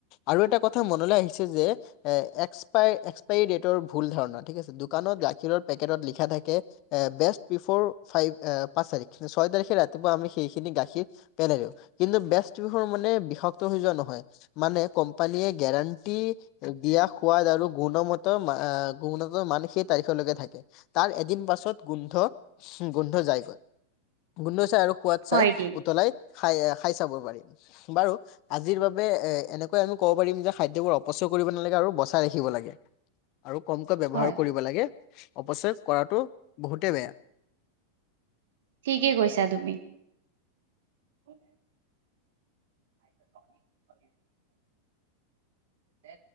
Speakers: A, on the left; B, on the right.
A: আৰু এটা কথা মনলৈ আহিছে যে এ এক্সপাই এক্সপায়ৰী ডেটৰ ভুল ধাৰণা ঠিক আছে দোকানত গাখীৰৰ পেকেটত লিখা থাকে বেষ্ট বিফৌৰ ফাইভ পাঁচ তাৰিখ ছয় তাৰিখে ৰাতিপুৱা আমি সেইখিনি গাখীৰ পেলাই দিও কিন্তু বেষ্ট বেফৌৰ মানে বিষাক্ত হৈ যোৱা নহয় মানে কোম্পানীয়ে গেৰাণ্টি দিয়া সোৱাদ আৰু গুণমত গুণতৰ মান সেই তাৰিখলৈকে থাকে তাৰ এদিন পাছত গোন্ধ গোন্ধ যাই গ'ল গোন্ধ চাই আৰু সোৱাদ
B: হয়
A: চাই
B: দিয়া
A: উতলাই খাই খাই চাব পাৰি। বাৰু আজিৰ বাবে এ এনেকৈ আমি ক'ব পাৰিম যে খাদ্যবোৰ অপচয় কৰিব নালাগে আৰু ব চাই ৰাখিব লাগে আৰু কমকৈ ব্যৱহাৰ
B: হয়
A: কৰিব লাগে অপচয় কৰাতটো বহুতে বেয়া
B: ঠিকে কৈছা তুমি। হয় <inaudible> <inaudible> এ